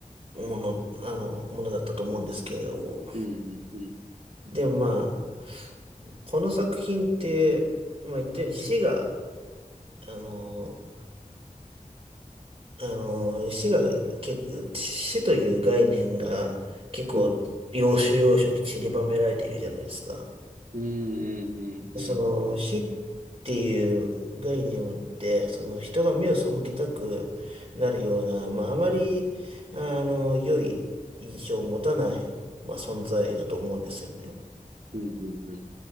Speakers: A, on the right; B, on the right.
A: もの、あの、ものだったと思うんですけれども。
B: うんうんうん。
A: で、まあ、この作品って、まあ言ったように死が、あの、あの、死が、結構死という概念が結構要所要所に散りばめられているじゃないですか。
B: うん。うんうんうんうんうん。
A: その死っていう概念って、その人が目を背けたくなるような、まああまり、あの、良い印象を持たない、まあ存在だと思うんですよね。
B: うんうんうん。